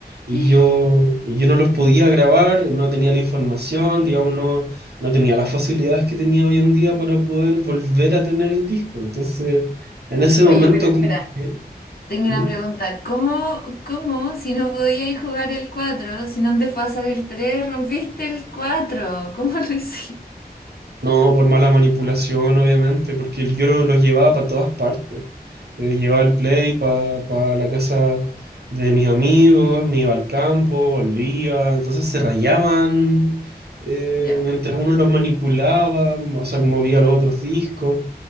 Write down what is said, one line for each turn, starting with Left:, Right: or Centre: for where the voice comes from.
Right: Y
Left: <gasps>
Right: yo, y yo no los podía grabar, no tenía la información, digamos, no, no tenía las facilidades que tenía hoy en día para poder volver a tener el disco. Entonces, en ese momento
Left: Oye, pero espera,
Right: como que...
Left: tengo
Right: ¿Mm?
Left: una pregunta. ¿Cómo, cómo, si no podíais jugar el 4 si no antes pasar el 3 rompiste el cuatro ¿Cómo lo hiciste?
Right: No, por mala manipulación, obviamente, porque el Yoro los llevaba para todas partes. Eh, llevaba el play para la casa de mis amigos, me iba al campo, volvía, entonces se rayaban eh,
Left: Ya.
Right: mientras uno los manipulaba, o sea, movía los otros discos.